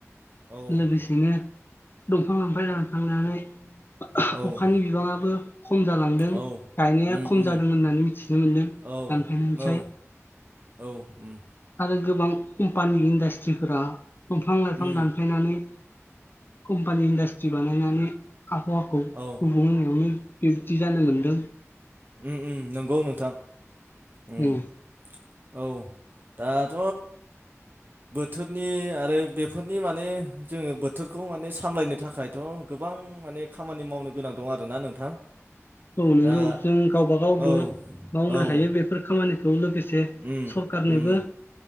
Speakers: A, on the right; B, on the left.
A: औ
B: लोगोसेनो दंफां <unintelligible> थांनानै अखानि
A: औ
B: बिबाङाबो खम जालांदों
A: औ
B: गायनाया
A: उम
B: खम
A: उम
B: जादों होननानै मिथिनो मोन्दों दानफायनायनिफ्राय
A: औ औ औ ओम
B: आरो गोबां कम्पानि इन्डास्ट्रिफोरा दंफां लाइफां
A: उम
B: दानफायनानै कम्पानि इन्डास्ट्रि बानायनानै आबहावाखौ
A: औ
B: गुबुं होनावनो बिबदि जानो मोन। <unintelligible>
A: ओम ओम नंगौ नोंथां। उम
B: ओम
A: औ दाथ' बोथोरनि आरो बेफोरनि माने जोङो बोथोरखौ माने सामलायनो थाखायथ' गोबां माने खामानि मावनो गोनां दं आरोना नोंथां।
B: औ नोंगौ
A: दा
B: जों गावबागावबो
A: औ
B: मावनो
A: औ
B: हायो बेफोर खामानिखौ लोगोसे
A: उम
B: सरखारनोबो
A: उम